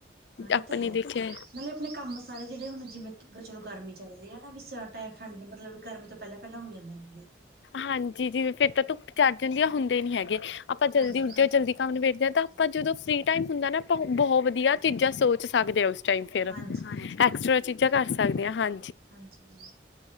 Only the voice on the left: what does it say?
ਆਪਾਂ
ਨੇ ਦੇਖਿਆ
ਹਾਂਜੀ ਜਿਵੇਂ ਫੇਰ ਤਾਂ ਧੁੱਪ ਚੜ ਜਾਂਦੀ ਆ ਹੁੰਦੇ ਨੀ ਹੈਗੇ, ਆਪਾਂ ਜਲਦੀ
ਉਠ ਜਾਓ ਜਲਦੀ ਕੰਮ ਨਬੇੜਦੇ ਤਾਂ ਆਪਾਂ ਜਦੋਂ ਫਰੀ ਟਾਈਮ ਹੁੰਦਾ ਨਾ ਬਹੌ ਵਦੀਆ ਚੀਜ਼ਾਂ ਸੋਚ ਸਕਦੇ ਉਸ ਚਾਂਈ ਫਿਰ
ਐਕਸਟਰਾ ਚੀਜ਼ਾਂ ਕਰ ਸਕਦੇ ਆਂ ਹਾਂ